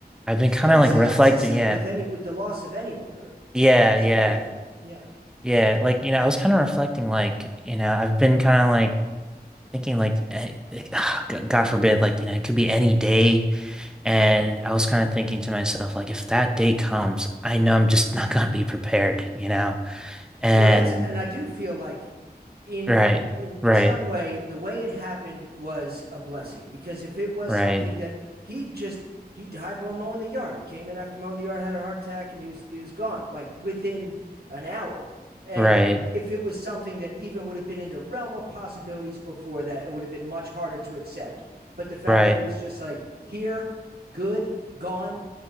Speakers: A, in the centre; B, on the right.
A: I've been kind
B: But it's
A: of like
B: it's
A: reflecting,
B: the same
A: yeah.
B: with any with the loss of anyone or
A: Yeah,
B: loss
A: yeah.
B: of anything. Yeah.
A: Yeah, like you know, I was kind of reflecting, like you know, I've been kind of like thinking, like, eh, like, ah, g- God forbid, like you know, it could be any day, and I was kind of thinking to myself, like, if that day comes, I know I'm just <laughs> not gonna be prepared, you know, and
B: Well, that's and I do feel like in
A: right,
B: in
A: right,
B: some way the way it happened was a blessing because if it was
A: right,
B: something that he just he died while mowing the yard he came in after mowing the yard had a heart attack and he was he was gone like within an hour and
A: right,
B: if it was something that even would have been in the realm of possibilities before that it would have been much harder to accept but the fact
A: right,
B: that he was just like here good gone